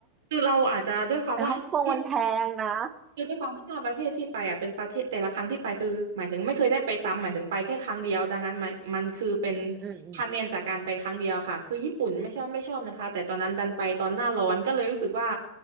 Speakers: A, on the right (about 55°); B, on the right (about 25°).
A: คือเราอาจจะด้วยความว่าห้าประเทศ
B: แต่ฮ่องกงมันแพงนะ
A: คือด้วยความห้าประเทศที่ไปอ่ะเป็นประเทศแต่ละครั้งที่ไปคือหมายถึงไม่เคยได้ไปซ้ำหมายถึงไปแค่ครั้งเดียวดังนั้นมันมันคือเป็น
B: อืมอืมอืม
A: คะแนนจากการไปครั้งเดียวค่ะคือญี่ปุ่นไม่ชอบไม่ชอบนะคะแต่ตอนนั้นดันไปตอนหน้าร้อนก็เลยรู้สึกว่า